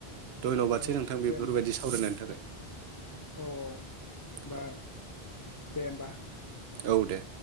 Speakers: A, on the right (about 75°); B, on the left (about 35°).
A: धन्यबादसै
B: औ
A: नोंथां बेफोरबायदि
B: दे होमबा
A: सावरायनायनि थाखाय
B: औ बार।
A: औ
B: दे होमबा।
A: औ दे।